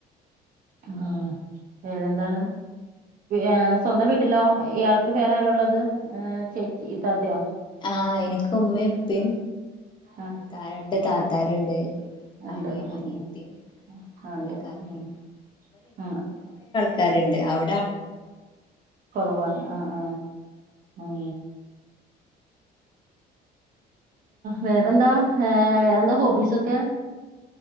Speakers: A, on the right; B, on the left.
A: ഉം ഏഹ് വേറെന്താണ് ഏഹ് സ്വന്തം വീട്ടിലോ ഇയാൾക്ക് വേറെ ആരാ ഉള്ളത് ചേച്ചി ഇത്താത്തെയോ?
B: ആ എനിക്ക് ഉമ്മയും ഉപ്പയും
A: ആഹ്
B: താഴെ രണ്ട് താ താരുണ്ട്
A: ഉണ്ട്
B: അനിയനും
A: ഉം
B: അനിയത്തിയും
A: ഉം ആഹ് ഉണ്ട്
B: ഒരു കാക്കയും
A: ഉം ആഹ്
B: ക്കാരുണ്ട് അവ
A: കൊറവാണ് ആ ആ ഉം വേറെന്താ ഏഹ് വേറെന്താ ഹോബിസൊക്കെ